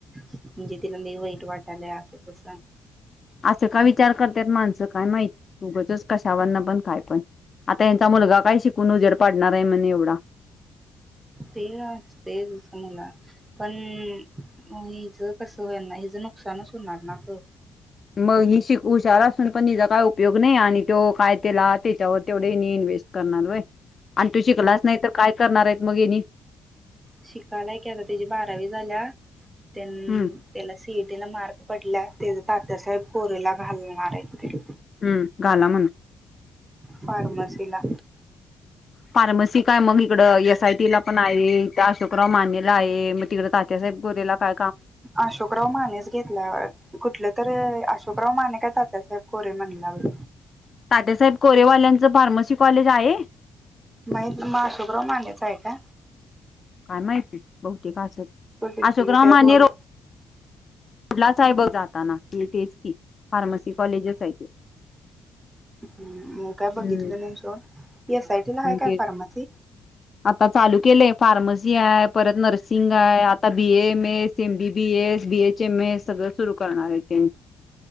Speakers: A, on the right; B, on the left.
A: म्हणजे तिला ल वाईट वाट भले आ अस तस
B: असं का विचार करतात माणसं काय माहिती उगचच कशावरना पण काय पण आता यांचा मुलगा काय शिकून उजेड पाडणार आहे म्हण एवढा
A: ते तेचमला पण म हिजं कसं होईल ना हिचं नुकसानच होणार ना फ
B: मग ही शिक हुशार असून पण तिचा काय उपयोग नाही आणि तो काय तेला त्याच्यावर तेवढे इन्व्हेस्ट करणारय आणि तू शिकलाच नाही तर काय करणार आहे मग हेनी
A: शिकालायक आता त्याची बारावी झाल्या त्यांन
B: हम्म
A: तेला सीटीला मार्ग पडल्या ते तात्यासाहेब पोरेला घालणार आहे
B: हम्म घाला म्हण
A: फार्मसी ला
B: फार्मसी काय मग इकड एस आय टीला पण आहे हित अशोकराव मान्यला आहे मग तिकड साहेबोरीला <unintelligible> का
A: अशोकराव मानेच घेतला कुठलं तररी अशो सुुप्रा माने्य काय तात्यासाहेब कोरे म्हणलाग
B: तात्यासाहेब कोरेवाल्यांचं फार्मसी कॉलेज आहे
A: माह <unintelligible> मग अशोकराव मानेच आहे का
B: काय माहिती बहुतेक असलं
A: तिथले
B: अशोक राव
A: त्या
B: माने
A: दोन
B: कुठलाच आहे बघ जाताना की तेेच की फार्मसी कॉलेजच आहे ते
A: ह् मग काय
B: हम्म
A: बघितलं नाही सोड एस आय टी आय
B: ते
A: काय फार्मसी
B: आता चालू केले फार्मसी आहे परत नर्सिंग आहे आता B A M S M B B S B S जचे <unintelligible> मे सगळं सुरू करणार आहे ते